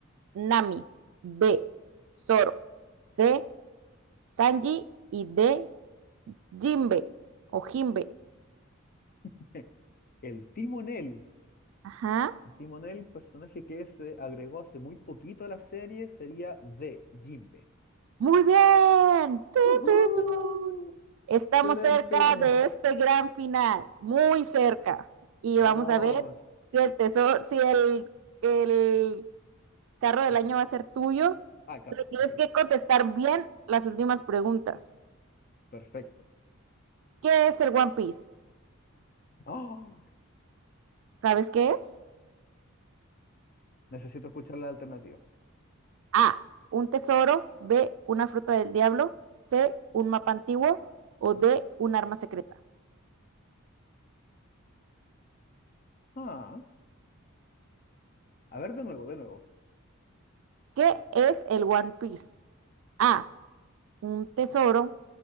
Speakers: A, on the right (about 65°); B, on the left (about 45°).
A: Nami. B. Zoro. C. Sanji. Y D. Jimbe o Jimbe.
B: <laughs> El timonel,
A: Ajá.
B: el timonel, personaje que se agregó hace muy poquito a la serie, sería de Jimbe.
A: Muy bien. Tun,
B: ¡Uhú!
A: tun, tun. Estamos
B: Excelente.
A: cerca de este gran final, muy cerca. Y
B: Vamos.
A: vamos a ver si el tesoro, si el, el carro del
B: ¿Qué solo?
A: año va a ser tuyo.
B: Ah, el
A: Pero
B: carro.
A: tienes
B: Ok,
A: que contestar bien las últimas preguntas.
B: perfecto.
A: ¿Qué es el One Piece?
B: ¡Oh!
A: ¿Sabes qué es?
B: Necesito escuchar la alternativa.
A: A, un tesoro, B, una fruta del diablo, C, un mapa antiguo o D, un arma secreta.
B: Ah, a ver de nuevo, de nuevo.
A: ¿Qué es el One Piece? A, un tesoro,